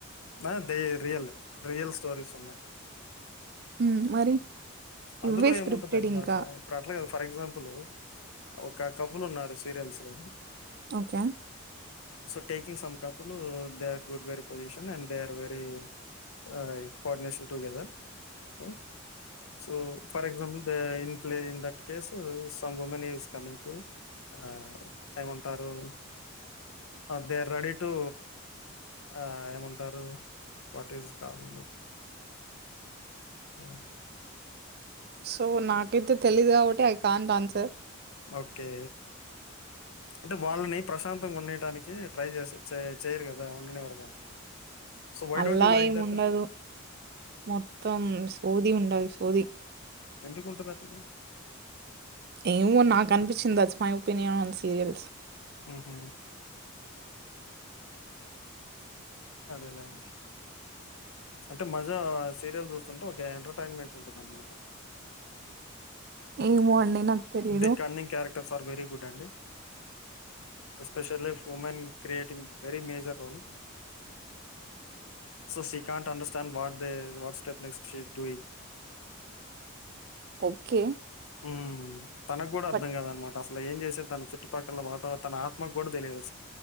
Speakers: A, on the left (about 75°); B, on the right (about 45°).
A: ఆ దే రియల్ రియల్ స్టోరీస్ ఉన్నాయ్
B: హ్మ్. మరి
A: అందులో
B: ఇవ్వే స్క్రిప్టెడ్
A: ఏముంటదండి
B: ఇంకా.
A: మజా ఇప్పుడు అట్లా కాదు ఫర్ ఎగ్జాంపులు ఒక కపుల్ ఉన్నారు సీరియల్స్ లో
B: okay.
A: So taking some couple they are good very position and they are very a coordination together oh so for example the in play in that case some women is coming to ఆ ఏమంటారు ఆ they are ready to ఆ ఏమం అంటారు what is call ఆ
B: so నాకైతే తెలీదు కాబట్టి ఐ కాంట్ ఆన్సర్
A: ఓకే అంటే వాళ్ళని ప్రశాంతంగా ఉండనీయటానికి ట్రై చేస్తా చే చేయరు కదా ఉండనివ్వరుగా సో వై
B: అల్లా
A: డోంట్ యూ లైక్
B: ఏం
A: దట్
B: ఉండదు మొత్తం సోది ఉండది సోది
A: ఎందుకుంటాది అట్లా
B: ఏమో నాకు అనిపిచింది that's my opinion on serials
A: ఉ హు అదే లేండి అంటే మజా సీరియల్ చూస్తుంటే ఒక ఎంటర్టైన్మెంట్ ఉంటది అనమాట
B: ఏమో అండి నాకు తెలీదు
A: దే cunning character for very good అండి especially women creating very major role so she can't understand what they what step next she doing
B: okay
A: ఉహ్ తనకు కూడా అర్థంకాదు
B: బట్
A: అన్నమా ట అసలు ఏం చేసేది తన చుట్టుపక్కల వాతో తన ఆత్మకు కూడా తెలియదు